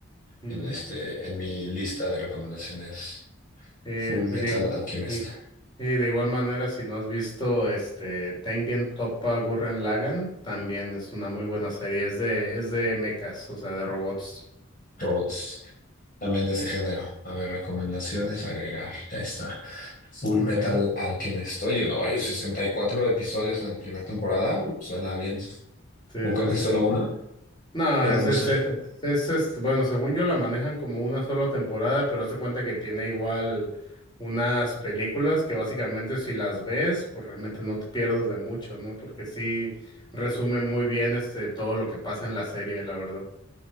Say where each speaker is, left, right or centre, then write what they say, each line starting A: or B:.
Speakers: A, on the left; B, on the left.
A: ujú.
B: en, este, en mi lista de recomendaciones.
A: Eh,
B: Full Metal
A: y de, igu-
B: Alchemist.
A: y, y de igual manera, si no has visto este Tengen Toppa Gurren Lagann, también es una muy buena serie. Es de, es de mechas, o sea, de robots.
B: Robots. También de ese género. A ver, recomendaciones, agregar. Ya está. Full
A: Ujú,
B: Metal
A: ok.
B: Alchemist. Oye, no, hay 64 episodios en la primera temporada. Suena bien.
A: Sí,
B: O creo que
A: sí, sí.
B: solo una.
A: No,
B: Bueno,
A: es,
B: no
A: es,
B: sé.
A: es, es, es- bueno, según yo la manejan como una sola temporada, pero hazte cuenta que tiene igual unas películas que básicamente si las ves, pues realmente no te pierdes de mucho, ¿no? Porque sí resumen muy bien este todo lo que pasa en la serie, la verdad.